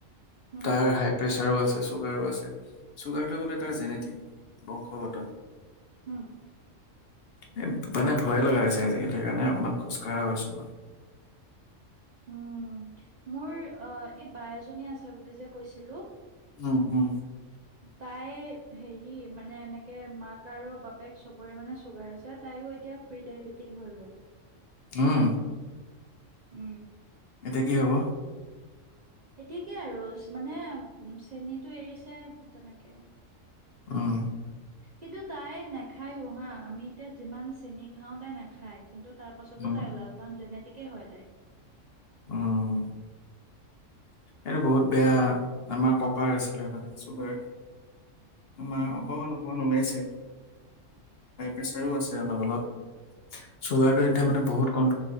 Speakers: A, on the right (about 50°); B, on the left (about 55°).
A: উম
B: তাৰ হাই প্ৰেছাৰো আছে চুগাৰো আছে। চুগাৰটো বোলে তাৰ জেনেটিক বংশগত
A: উম
B: মানে ভাল ভয়ে লগা হৈছে আজিকালি সেইকাৰণে অকনমান খোজকাঢ়া হৈছোঁ মই।
A: উম মোৰ অহঁ এই বা এজনী আছে বুলি যে কৈছিলোঁ
B: উম উম।
A: তাই হেৰি মানে এনেকে মাক আৰু বাপেক চবৰে মানে চুগাৰ আছে তাইও। প্ৰিডাইবেটিক হৈ গল
B: ওহঁ।
A: উম।
B: এতিয়া কি হব।
A: এতিয়া কি আৰু মানে চেনীটো এৰিছে তেনেকে
B: উম
A: কিন্তু তাই না খাইও হাঁ আমি এতিয়া যিমান চেনি খাওঁ তাই নাখায় কিন্তু তাৰ পাছতো
B: উম
A: তাই ওলাল কাৰণ জেনেটিক হেনেকে হয় তাই
B: অহঁ। এইটো বহুত বেয়া আমাৰ ককাঁৰ আছিলে মানে চুগাৰ আমাৰ
A: উম
B: অকমান অকমান ওলাইছে প্ৰেচাৰ আছে অলপ অলপ চুগাৰটো এতিয়া
A: হম
B: মানে বহুত কণ